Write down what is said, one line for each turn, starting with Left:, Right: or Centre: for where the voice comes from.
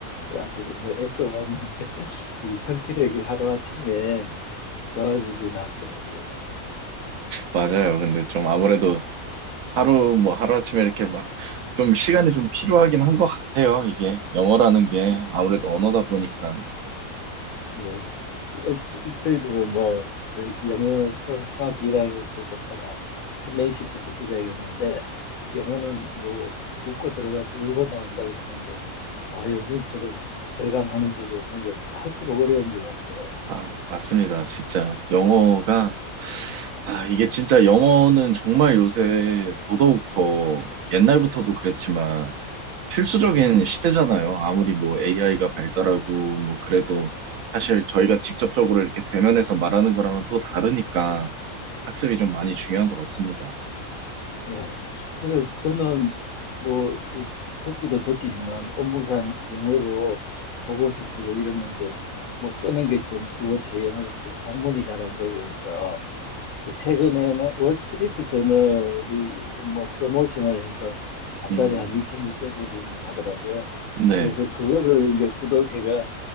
Left: 아주 뭐 애써봤는데 <laughs> 이 청취력이 하루아침에 좋아지진 않더라고요.
Right: 맞아요. 근데 좀 아무래도 하루 뭐 하루아침에 이렇게 막 좀 시간이 좀 필요하긴 한 것 같아요. 이게 영어라는 게
Left: 예,
Right: 아무래도 언어다 보니까.
Left: 예. 어, 저, 저희들은 뭐, 저 영어 처음 중학교 1학년 때 접한 아- p 시부터 시작했는데, 영어는 뭐, 웃고 들어가서 울고 나온다 그러는데, 아, 요즘처럼 절감하는 적이 없는 것은 할수록 어려운 것 같아요.
Right: 아, 맞습니다. 진짜 영어가 아, 이게 진짜 영어는 정말 요새 더더욱 더 옛날부터도 그랬지만 필수적인
Left: 네.
Right: 시대잖아요. 아무리 뭐 AI가
Left: 네.
Right: 발달하고 뭐 그래도 사실 저희가 직접적으로 이렇게 대면해서 말하는 거랑은 또 다르니까 학습이 좀 많이 중요한 것 같습니다.
Left: 예. 그래서 저는 뭐그 듣기도 듣기지만 업무상 영어로 보고서 쓰고 이러는데 뭐 쓰는 게 좀 국어 제형을 쓰고 작문이 잘 안 되고 해서 그 최근에는 월스트리트 저널이 요즘 뭐 프로모션을 해서 한
Right: 음,
Left: 달에 한 2,600불이 하더라고요.
Right: 네.
Left: 그래서 그거를 이제 구독해가